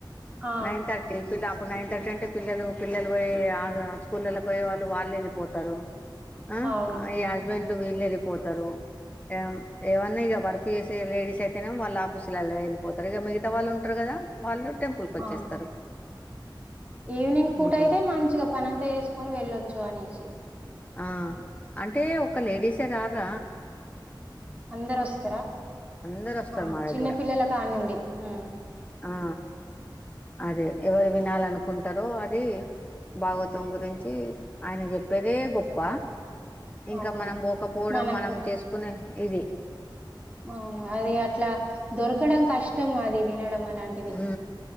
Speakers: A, on the right; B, on the left.
A: ఆ
B: నైన్ థర్టీ పిల ఇప్పుడు నైన్ థర్టీ అంటే పిల్లలు పిల్లలు పోయే స్కూళ్లోకి పోయే వాళ్ళు వాళ్ళేది పోతారు ఆ
A: అవును
B: అయయాస్బ వాళ్లు వీళ్లు వెళ్లిపోతారు ఏమ్ ఏమన్నా వర్క్ చేస్ లేడస్ అయితేనే వాళు ఆఫీసు లోల వెళ్ళిపోతారు ఇక మిత వాళ్ళు ఉంటారు కదా వాళ్ళు టెంపుల్ కి వచ్చేస్తారు
A: ఆ ఈవినింగ్ పూట
B: ఉమ్,
A: అయితే మంచిగా పనంతా వేసుకొని వెళ్ళొచ్చు అనేసి
B: ఆ అంటే ఒక లేడీసే రార్ర
A: అందరు వస్తారా
B: అందరు వస్తారు
A: ఆ
B: మా
A: చిన్న
B: దగ్గర
A: పిల్లల కాన్నుండి ఊ
B: ఆ అదే ఎవరు వినాలనుకుంటారో అది భాగవతం గురించి ఆయన చెప్పేదే గొప్ప ఇంకా
A: అవును
B: మనం పోకపోవడం
A: మనకు
B: మనం చేసుకునే ఇది
A: అవును అది అట్లా దొరకడం కష్టం అది వినడం అలాంటిది
B: ఊ